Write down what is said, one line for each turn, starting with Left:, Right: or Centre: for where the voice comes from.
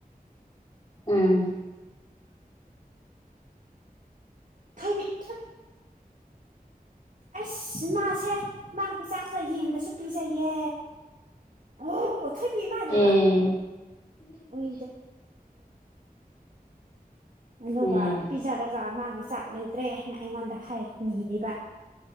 Left: ꯎꯝ
Right: ꯃꯤꯠꯊ ꯑꯁ ꯃꯥꯁꯦ ꯃꯥꯒꯤ ꯆꯥꯛꯁ ꯌꯦꯟꯗꯁꯨ ꯄꯤꯖꯩꯌꯦ ꯑꯣ ꯊꯣꯏꯕꯤ ꯏꯃꯥꯟꯅꯧꯔꯥ
Left: ꯑꯦ
Right: ꯎꯏ ꯑꯗꯨꯒ
Left: ꯎꯝ
Right: ꯄꯤꯖꯔꯒ ꯃꯥꯒꯤ ꯆꯥꯛ ꯂꯩꯇ꯭ꯔꯦ ꯍꯥꯏꯅ ꯑꯩꯉꯣꯟꯗ ꯍꯥꯏꯔꯤꯕ